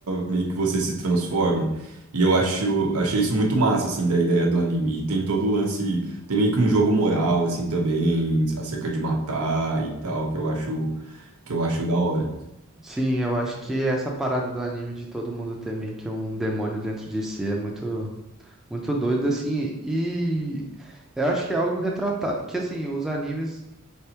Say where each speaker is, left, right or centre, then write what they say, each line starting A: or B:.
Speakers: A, on the right; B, in the centre.
A: meio que você se transforma. E eu acho, achei isso muito massa assim da ideia do anime. E tem todo o lance, tem meio que um jogo moral assim também, acerca de matar e tal, que eu acho que eu acho da hora.
B: Sim, eu acho que essa parada do anime de todo mundo ter meio que um demônio dentro de si é muito. Muito doido, assim, e eu acho que é algo retratado, que assim, os animes,